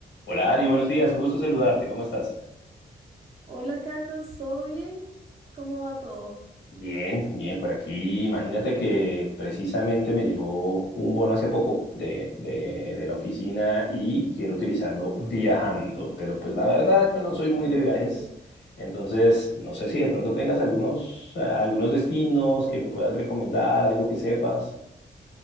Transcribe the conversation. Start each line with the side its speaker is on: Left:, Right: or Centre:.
Left: Hola Ari, buenos días, un gusto saludarte, ¿cómo estás?
Right: Hola Carlos, ¿todo bien? ¿Cómo va todo?
Left: Bien, bien, por aquí. Imagínate que precisamente me llegó un bono hace poco de, de, de la oficina y quiero utilizarlo viajando, pero pues la verdad yo no soy
Right: Ok.
Left: muy de viajes, entonces no sé si de pronto tengas algunos, algunos destinos que me puedas recomendar, algo que sepas.